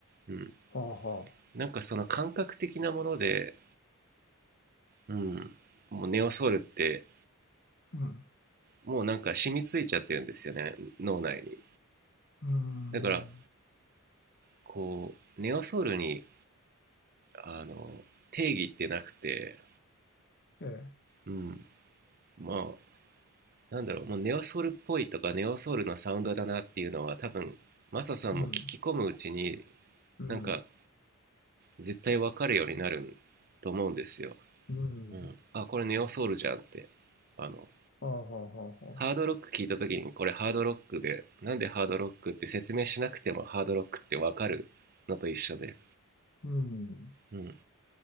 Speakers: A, on the right; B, on the left.
A: うん、
B: う、はあはあ。
A: なんかその感覚的なもので、うん、もうネオソウルって
B: うん、
A: もうなんか染みついちゃってるんですよね脳内に
B: うーん、
A: だからこうネオソウルにあの定義ってなくて、
B: ええ。
A: うん、まあなんだろう、もうネオソウルっぽいとかネオソウルのサウンドだなっていうのは多分マサさんも聞き込むうちに
B: うん、うん、
A: なんか絶対わかるようになると思うんですよ。
B: うん。
A: うん、あこれネオソウルじゃんってあの
B: ああ、はあ、はあ、はあ。
A: ハードロック聞いた時にこれハードロックでなんでハードロックって説明しなくてもハードロックってわかるのと一緒で、
B: うん。
A: うん、